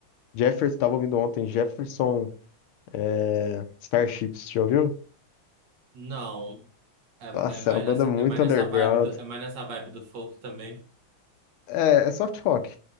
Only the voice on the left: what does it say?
Jefferson, tava ouvindo ontem, Jefferson. É, Starships, já ouviu?
Nossa,
é uma banda
muito
underground.
É, é soft rock.